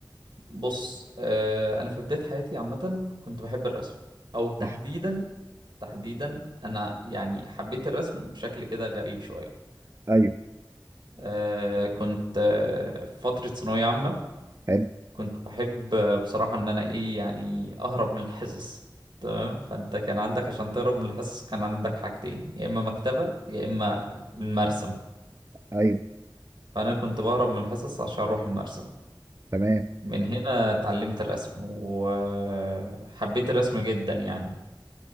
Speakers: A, on the right; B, on the right.
A: بص آه انا في بداية حياتي عامة كنت بحب الرسم او تحديدا
B: ماشي
A: تحديدا انا يعني حبيت الرسم بشكل كده غريب شوية
B: ايوه
A: آه كنت آه في فترة ثانوية عامة
B: حلو
A: كنت بحب بصراحة ان انا ايه يعني اهرب من الحصص تمام فانت كان عندك عشان تهرب من الحصص كان عندك حاجتين يا اما مكتبة يا اما المرسم
B: ايوه
A: فانا كنت بهرب من الحصص عشان اروح المرسم
B: تمام
A: من هنا اتعلمت الرسم وحبيت الرسم جدا يعني